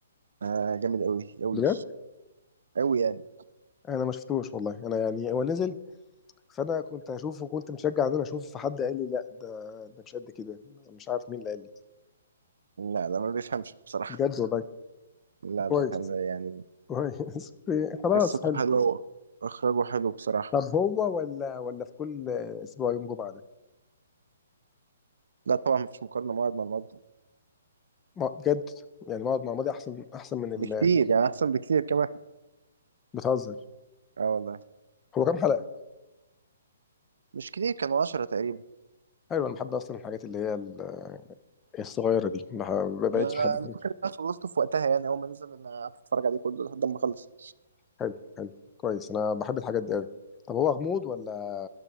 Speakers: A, on the right; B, on the left.
A: آه جامد قوي قوي
B: بجد
A: قوي يعني
B: انا ما شفتوش والله انا يعني هو نزل فانا كنت هشوفه وكنت مشجع ان انا اشوفه فحد قال لي لا ده ده مش قد كده مش عارف مين اللي قال لي
A: لا لا ما بيفهمش بصراحة
B: بجد والله
A: لا
B: كويس
A: لا فعلا يعني
B: كويس <laughs> خلاص
A: قصته
B: حلو
A: حلوة وإخراجه حلو بصراحة
B: طب هو ولا ولا في كل اسبوع يوم جمعه ده
A: لا طبعا مفيش مقارنة موعد مع الموعد
B: ما- بجد يعني بقعد مع ماضي احسن احسن من ال
A: بكتير يعني أحسن بكتير كمان
B: بتهزر
A: اه والله
B: هو كام حلقه
A: مش كتير كانوا 10 تقريبا
B: حلو انا بحب اصلا الحاجات اللي هي ال- الصغيره دي ما ما بقتش
A: آه،
B: بحب
A: أنا فاكر إن أنا خلصته في وقتها يعني أول ما نزل أنا قعدت أتفرج عليه كله لحد ما خلص
B: حلو حلو كويس انا بحب الحاجات دي قوي طب هو غموض ولا